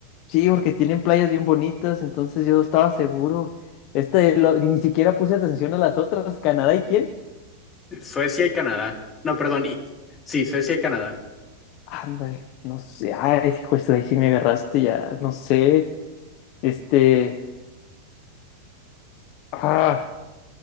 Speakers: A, on the left (about 50°); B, on the left (about 25°).
A: Sí, porque tienen playas bien bonitas, entonces yo estaba seguro. Este, lo- y ni siquiera puse atención a las otras. ¿Canadá y quién?
B: Suecia y Canadá. No, perdón. y- Sí, Suecia y Canadá.
A: Ándale, no sé. Ay, hijo, eso ahí sí me agarraste ya. No sé. Este. Ah,